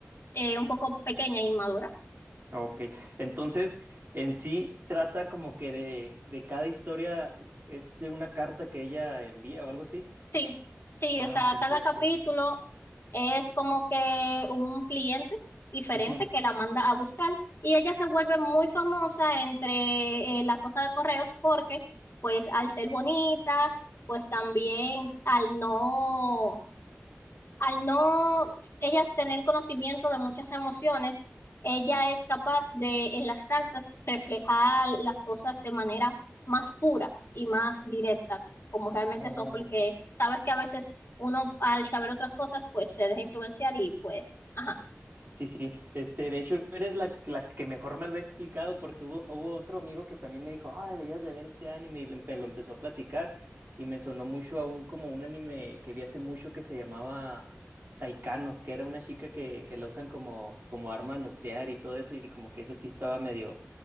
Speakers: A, on the left; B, on the right.
A: eh, un poco pequeña e inmadura.
B: ok. Entonces, en sí trata como que de, de cada historia es de una carta que ella envía o algo así.
A: Sí, sí,
B: Ah,
A: o sea,
B: perfecto.
A: cada capítulo es como que un cliente diferente
B: Ujú.
A: que la manda a buscar y ella se vuelve muy famosa entre eh, la cosa de correos porque pues al ser bonita, pues también al no al no ellas tener conocimiento de muchas emociones, ella es capaz de en las cartas reflejar las cosas de manera más pura y más directa, como realmente
B: Ok.
A: son, porque sabes que a veces uno al saber otras cosas, pues se deja influenciar y pues, ajá.
B: Sí, sí, este, de hecho eres la, la que mejor me lo ha explicado porque hubo, hubo otro amigo que también me dijo, ah, deberías de ver este anime y lo, empe- lo empezó a platicar y me sonó mucho aún como un anime que vi hace mucho que se llamaba Saikano, que era una chica que, que la usan como, como arma nuclear y todo eso y como que eso sí estaba medio,